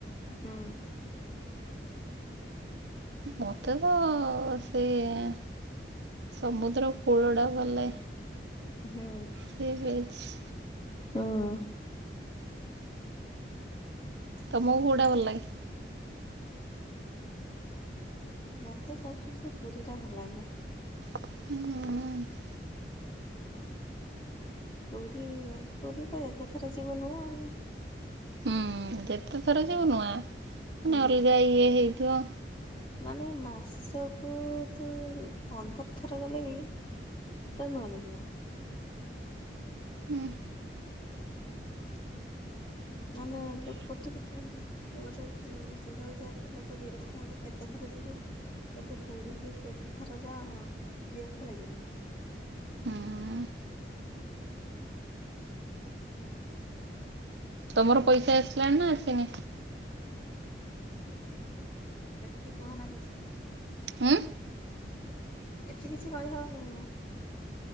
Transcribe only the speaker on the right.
ମୋତେ ତ ସେ ଏ ସମୁଦ୍ର କୂଳ ଟା ଭଲ ଲାଗେ।
ସିଏ ଯାଇଛି।
ତୋମକୁ କୋଉଟା ଭଲ ଲାଗେ?
ହୁଁ, ଅଁ, ହଁ।
ହୁଁ, ଯେତେଥର ଯିବ ନୂଆ, ମାନେ
ଅଲଗା ଇଏ ହେଇଥିବ।
ଉଁ,
ହୁଁ ତୋମର ପଇସା ଆସିଲାଣି ନା ଆସିନି?
ଉଁ